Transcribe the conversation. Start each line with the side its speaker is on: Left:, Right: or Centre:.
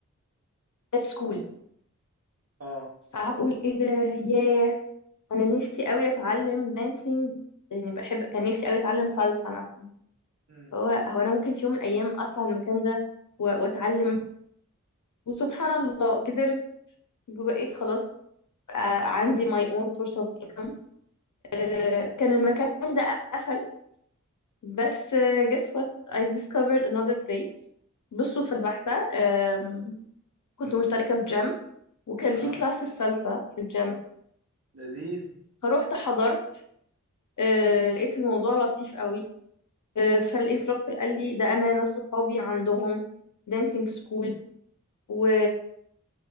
Left: دانس سكول
Right: اه
Left: فهقول ايه ده ياه انا نفسي قوي اتعلم دانسينج يعني بحب كان نفسي قوي اتعلم صلصه مثلا
Right: مم.
Left: هو هو انا ممكن في يوم من الايام اطلع المكان ده و- واتعلم وسبحان الله كبرت وبقيت خلاص آه، عندي my own source of income
Right: مهم.
Left: آه، كان المكان ده قفل بس آه، guess what I discovered another place بالصدفة البحتة آم، كنت مشتركة في جيم وكان
Right: اها
Left: في كلاس السلسة في الجيم
Right: لذيذ
Left: فروحت حضرت آه، لقيت الموضوع لطيف قوي آه، فالانستراكتور قال لي ده انا ناس صحابي عندهم dancing school و